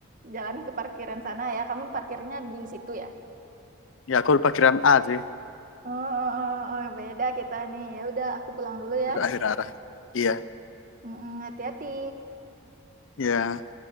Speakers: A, on the right; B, on the left.
A: jalan ke parkiran sana ya kamu parkirnya di situ ya
B: ya aku udah pikiran A sih
A: Oh, oh, oh, oh, beda kita nih. Ya udah, aku pulang dulu ya.
B: udah akhir arah iya
A: Mm-mm, hati-hati.
B: iya